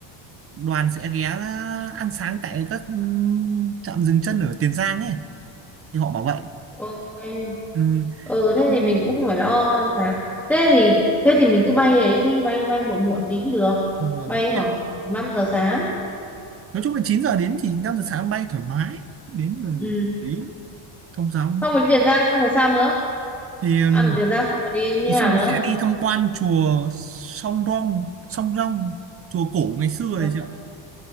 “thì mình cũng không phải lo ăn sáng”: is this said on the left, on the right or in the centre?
Centre